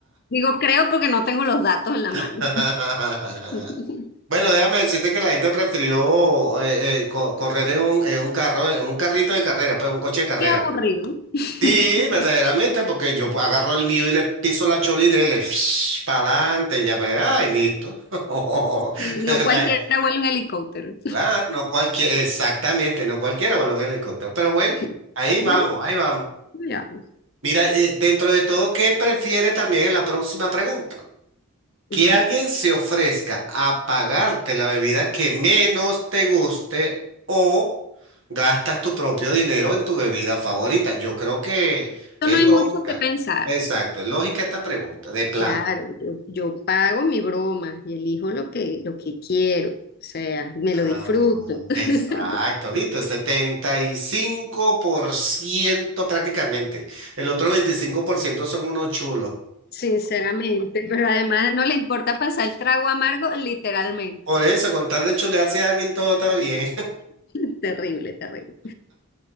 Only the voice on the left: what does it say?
Digo creo porque no tengo los datos en la
mano. <laughs>
Qué aburrido. <laughs>
Sí, No cualquiera
vuela un helicóptero.
<laughs>
Bueno,
ya.
Ujú.
no hay
mucho que pensar.
Claro, yo, yo pago mi broma y elijo lo que, lo que quiero, o sea, me
lo disfruto, <laughs>
sinceramente, pero además No le importa pasar el trago amargo, literalmente.
<laughs> terrible, terrible.